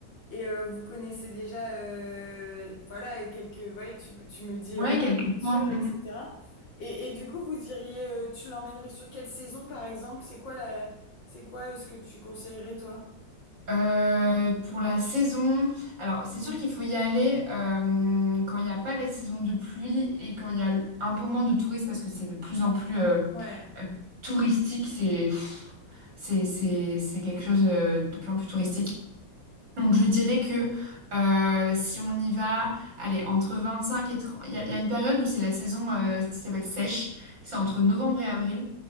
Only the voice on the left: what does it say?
Et euh, vous connaissez déjà, euh, voilà, quelques, voilà, tu, me- tu me dis
euh, la
nourriture,
etc.
Et, et du coup, vous diriez, euh, tu l'emmènerais sur quelle saison, par exemple? C'est quoi la, c'est quoi euh, ce que tu conseillerais, toi?
Ouais,